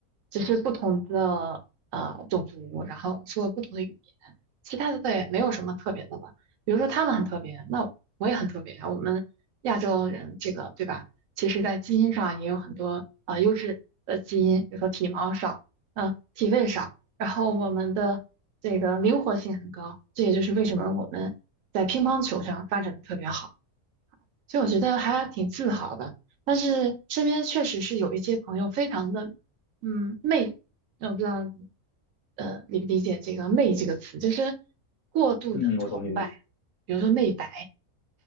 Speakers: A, on the right; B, on the left.
A: 只是不同的呃种族，然后说不同的语言，其他的倒也没有什么特别的吧。比如说他们很特别，那我也很特别啊，我们亚洲人这个对吧？其实在基因上也有很多呃优质的基因，比如说体毛少，呃体味少。然后我们的这个灵活性很高，这也就是为什么我们在乒乓球上发展的特别好。所以我觉得还挺自豪的。但是身边确实是有一些朋友非常的，嗯，媚，呃我不知道呃理不理解这个“媚”这个词，就是过度的崇拜，
B: 嗯嗯，我懂你的意思。
A: 比如说媚白，